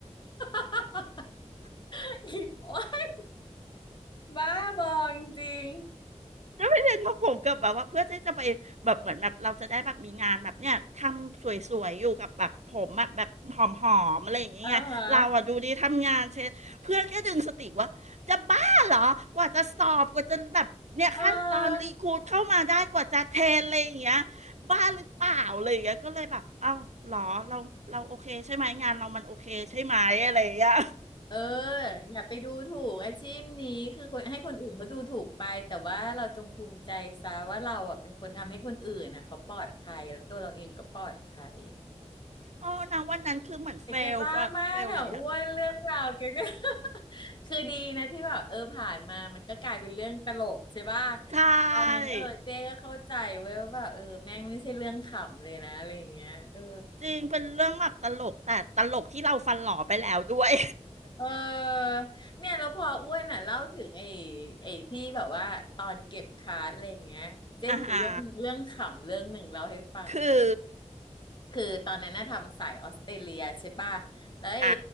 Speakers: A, on the left; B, on the right.
A: <laughs> อีกโอ๊ย บ้าบอจริง
B: แล้วไปเรียนทำผมกับแบบว่าเพื่อที่จะไปแบบเหมือนแบบเราจะได้แบบมีงานแบบเนี้ยทำสวยๆอยู่กับแบบผมแบบแบบหอมๆอะไรอย่างเงี้ยเราอ่ะดูดีทำงานเชยเพื่อนก็ดึงสติว่าจะบ้าเหรอกว่าจะสอบกว่าจะแบบเนี่ยขั้นตอนรีครูทเข้ามาได้กว่าจะเทรนอะไรอย่างเงี้ย
A: ๆอ่าฮะเออ
B: บ้าหรือเปล่าอะไรอย่างเงี้ยก็เลยแบบเอ้าเหรอเราเราโอเคใช่ไหมงานเรามันโอเคใช่ไหมอะไรอย่างเงี้ย
A: เอออย่าไปดูถูกอาชีพนี้คือคนให้คนอื่นเขาดูถูกไปแต่ว่าเราจงภูมิใจซะว่าเราอ่ะเป็นคนทำให้คนอื่นนะเขาปลอดภัยแล้วตัวเราเองก็ปลอดภัย
B: อ๋อนะวันนั้นคือเหมือนเฟล
A: แต่แกบ้ามากอ่ะอ้วนเรื่องราวแกก็
B: เฟลอะไรอย่าง
A: <laughs> คือดีนะที่แบบเออผ่านมามันก็กลายเป็นเรื่องตลกใช่ป่ะแต่ตอนนั้นเออเจ๊ก็เข้าใจเว้ยว่าแบบเออแม่งไม่ใช่เรื่องขำเลยนะอะไรอย่างเงี้ยเออ
B: ใช่จริงเป็นเรื่องแบบตลก แต่ ตลกที่เราฟันหล่อไปแล้ว ด้วย
A: เออเนี่ยแล้วพออ้วนอ่ะเล่าถึงไอ้ไอ้ที่แบบว่าตอนเก็บคาร์ดอะไรอย่างเงี้ยเจ๊มีเรื่องเรื่องขำเรื่องหนึ่งเล่าให้ฟังไหม
B: <laughs> อ่าฮะคือ
A: คือตอนนั้นน่ะทำสายออสเตรเลียใช่ป่ะแล้วไอ้
B: อ่า